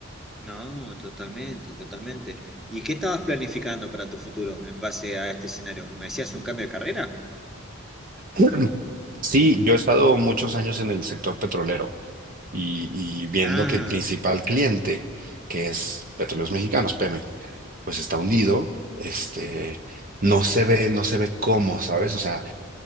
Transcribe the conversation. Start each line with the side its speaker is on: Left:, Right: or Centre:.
Centre: No, totalmente, totalmente. ¿Y qué estabas planificando para tu futuro en base a este escenario? ¿Me decías un cambio de carrera?
Right: <clears throat> Sí, yo he estado muchos años en el sector petrolero y, y viendo
Centre: Ah,
Right: que el principal cliente, que es Petróleos Mexicanos, Pemex, pues está hundido, este, no se ve, no se ve cómo, ¿sabes? O sea,